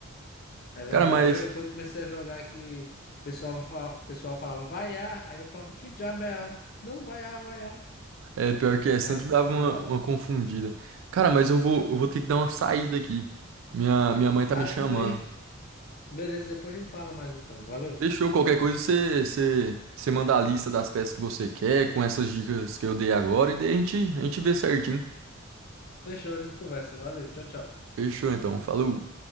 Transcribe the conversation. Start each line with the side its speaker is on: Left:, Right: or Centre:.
Left: É verdade.
Right: Cara, mas
Left: Eu, eu quando comecei a jogar que o pessoal, fa- o pessoal falava, vai A, aí eu falava, que diabo é A? Não, vai A, vai A.
Right: é pior que é, sempre
Left: Acabou,
Right: dava
Left: acabou
Right: uma,
Left: lá.
Right: uma confundida. Cara, mas eu vou, eu vou ter que dar uma saída aqui. Minha, minha mãe tá
Left: Ah,
Right: me chamando.
Left: tudo bem. Beleza, depois a gente fala mais então. Valeu.
Right: Fechou, qualquer coisa você, você, você manda a lista das peças que você quer, com essas dicas que eu dei agora, e daí a gente, a gente vê certinho.
Left: Fechou, a gente conversa. Valeu, tchau, tchau.
Right: Fechou então, falou.